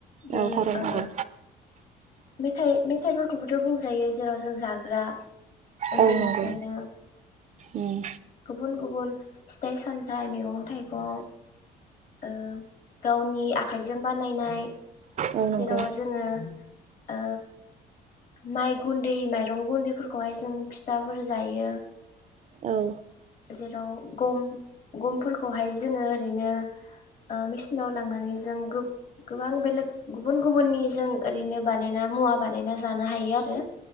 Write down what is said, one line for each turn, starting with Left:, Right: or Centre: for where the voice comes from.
Left: जों
Right: औ थारैनो
Left: ओ।
Right: नंगौ
Left: मेथाइ मेथाइफोरखौबोथ' बुंजायो जेराव जों जाग्रा ओन्दैनिफ्रायनो
Right: औ नंगौ उम
Left: गुबुन गुबुन फिथाइ सामथाइ मैगं थाइगं ओ गावनि आखाइजों बानायनाय
Right: औ नंगौ
Left: जेराव जोङो ओ माइ गुन्दै माइरं गुन्दैफोरखौहाय जों फिथाफोर जायो।
Right: औ
Left: जेराव गम गमफोरखौहाय जोङो ओरैनो ओ मेचिनाव लांनानै जों गोब गोबां बेलेग गुबुन गुबुननि जों ओरैनो बानायना मुवा बानायना जा जानो हायो आरो